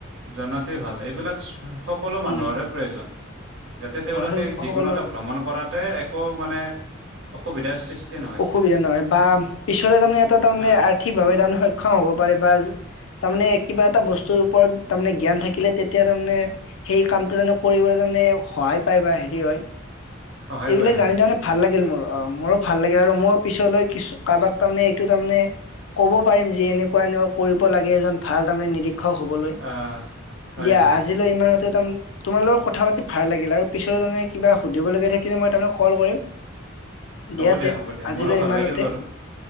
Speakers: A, on the right (about 65°); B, on the left (about 70°).
A: জানাতো ভাল এইবিলাক সকলো মানুহৰে
B: উম,
A: প্ৰয়োজন যাতে তেওঁলোকে
B: অ' সেই সকলো
A: যিকোনো এটা ভ্ৰমণ কৰাতে একো মানে অসুবিধাৰ সৃষ্টি নহয়
B: অসুবিধা নহয় বা পিছলে তাৰমানে এটা তাৰমানে
A: আহ
B: আৰ্থিকভাৱে তাৰমানে সক্ষম হ'ব পাৰে বা তাৰমানে কিবা এটা বস্তুৰ ওপৰত তাৰমানে জ্ঞান থাকিলে তেতিয়া তাৰমানে সেই কামটো জানো কৰিব তে সহায় পায় বা হেৰি হয়
A: সহায়
B: এইবিলাক
A: পায়
B: জানি
A: আহ
B: ত মানে ভাল লাগিল মোৰ অ মোৰো ভা ভাল লাগে আৰু মই পিছলৈ কিছু কাৰোবাক তাৰমানে এইটো তাৰমানে ক'ব পাৰিম যে এনেকুৱা এনেকুৱা কৰিব লাগে এজন ভাল তাৰমানে নিৰ্ <unintelligible> শিক্ষক হবলৈ
A: আহ হয়
B: দিয়া
A: হয়
B: আজিলৈ
A: হয়
B: ইমানতে তাৰ তোমালোকৰ কথা পাতি ভাল লাগিল আৰু পিছলৈ তানে কিবা সুধিব লগগীয়া থাকিলে মই তোমাক কল কৰিম
A: হ'ব
B: দিয়া তে
A: হ'ব দিয়া
B: আজিলৈ
A: মোৰো ভাল
B: ইমানতে
A: লাগিল বাৰু